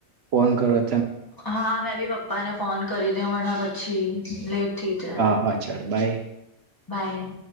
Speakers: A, on the right; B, on the left.
A: ફોન કરો
B: હા મેં બી પપ્પા ને ફોન કરી દઉં, એના પછી લેટ થઇ જહે
A: હા હા ચાલો બાય
B: બાય.